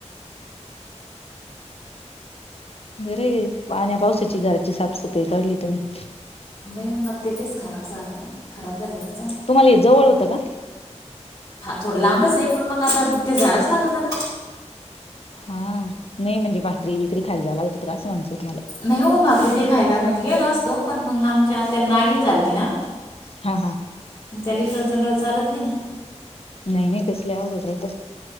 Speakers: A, on the left; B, on the left.
A: बरी पाण्या पावसाची घराची साफसफाई काढली तुम्ही.
B: बई मग ते लईच खराब झालं ना? खराब झालं बाई.
A: तुम्हाला हे जवळ होतं का?
B: थोडं लांबच आहे, पण मग आता ते जायलाच लागत ना.
A: हा नाही म्हणजे भाकरी बिकरी खायला जाव लागत होत का असं म्हणायचं होतं मला.
B: नाही हो भाकरी ते खायला म्हणजे गेलो असतो, पण मग आमच्या त्याला नागीन झालती ना.
A: हा हा.
B: मग त्याला इथं लई चंडळ चालत नाही ना.
A: नाही नाही तस लई अवघड राहतं.